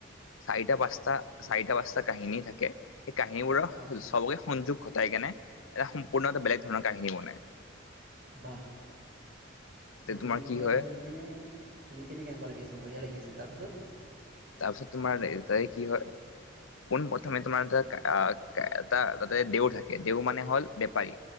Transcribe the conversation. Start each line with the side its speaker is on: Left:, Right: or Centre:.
Left: চাৰিটা পাঁচটা চাৰিটা পাঁচ টা কাহিনী থাকে সেই কাহিনীবোৰ
Right: অঁ
Left: চবকে সংযোগ ঘটাই কেনে এটা সম্পূৰ্ণ এটা বেলেগ ধৰণৰ কাহিনী। নি বনাই।
Right: ৱাহ
Left: তাতে
Right: একদম
Left: তোমাৰ কি
Right: পূৰা
Left: হয়
Right: শুনি কেনে শুনি কেনে কেনেকোৱা লাগি আছে বঢ়িয়া লাগি আছে তাৰপিছত
Left: তাৰপিছত তোমাৰ তাই কি হয়, পোন প্ৰথমে তোমাৰ এটা আহ এটা তাতে দেউ থাকে দেউ মানে হল বেপাৰী